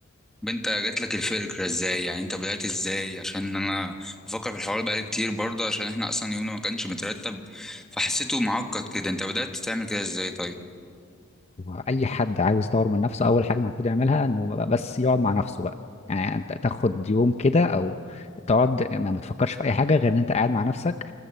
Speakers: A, in the centre; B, on the left.
A: طب انت جات لك الفكره ازاي يعني انت بدات ازاي عشان انا بفكر في الحوار بقالي كتير برضه عشان احنا اصلا يومنا ما كانش مترتب فحسيته معقد كده انت بدات تعمل كده ازاي طيب
B: هو اي حد عاوز يطور من نفسه اول حاجه المفروض يعملها انه بقى بس يقعد مع نفسه بقى يعني انت تاخد يوم كده او تقعد ما ما تفكرش في اي حاجه غير ان انت قاعد مع نفسك